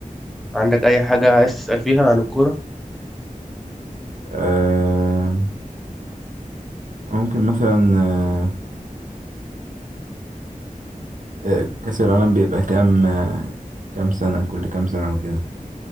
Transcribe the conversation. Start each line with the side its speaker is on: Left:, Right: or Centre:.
Centre: عندك أي حاجة عايز تسأل فيها عن الكورة
Right: آه ممكن مثلا آه آه، كأس العالم بيبقى كام آه كام سنة كل كام سنة وكده